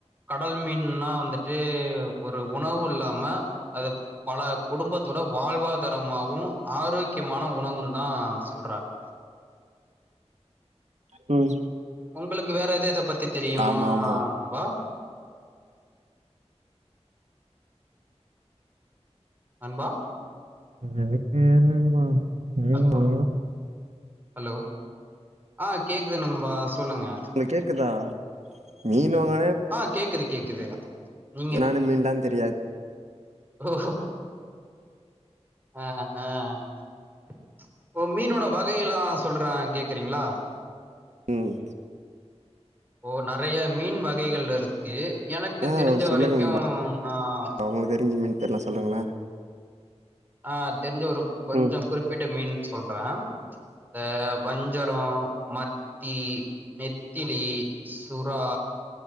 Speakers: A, on the right (about 15°); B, on the right (about 80°).
A: கடல் மீன்னா வந்துட்டு ஒரு உணவு இல்லாம அது பல குடும்பத்தோட வாழ்வாதாரமாகவும் ஆரோக்கியமான உணவுன்னு தான் சொல்றாங்க
B: ம்
A: உங்களுக்கு வேற எது இதை பத்தி தெரியுமாபா
B: ஆமா ஆமா
A: அன்பா
B: எனக்கு என்னன்பா உம்
A: ஹலோ
B: ஆ
A: ஹலோ ஆஹ் கேக்குது நம்பா சொல்லுங்க
B: உங்களுக்கு கேக்குதா மீன் வாங்க
A: ஆஹ் கேக்குது கேக்குது நீங்க
B: என்னான மீன்லா தெரியாது
A: ஓ அஹ் ஹ் மீனோட வகையெல்லாம் சொல்றன் கேக்குறீங்களா
B: உம்
A: இப்போ நறைய மீன் வகைகள் இருக்கு எனக்கு
B: ஆ
A: தெரிஞ்ச
B: சொல்லுங்க
A: வரைக்கும்
B: நண்பா
A: நான்
B: உங்களுக்கு தெரிஞ்ச மீன் பேர்லா சொல்லுங்களே
A: ஆஹ் தெரிஞ்ச ஒரு கொஞ்சம்
B: ம்
A: குறிப்பிட்ட மீன் சொல்றன் இந்த வஞ்சரம் மத்தி நெத்திலி சுறா